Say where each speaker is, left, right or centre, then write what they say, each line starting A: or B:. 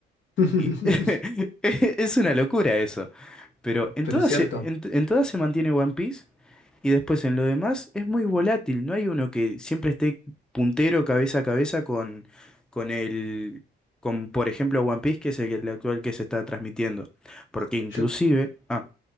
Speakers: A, on the left; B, in the centre.
A: <laughs>
B: Y <laughs> es una locura eso. Pero en
A: Pero
B: todas
A: es cierto.
B: se, en, en todas se mantiene One Piece y después en lo demás es muy volátil, no hay uno que siempre esté puntero cabeza a cabeza con, con el, con por ejemplo One Piece, que es el, el actual que se está transmitiendo. Porque inclusive,
A: Yo,
B: ah,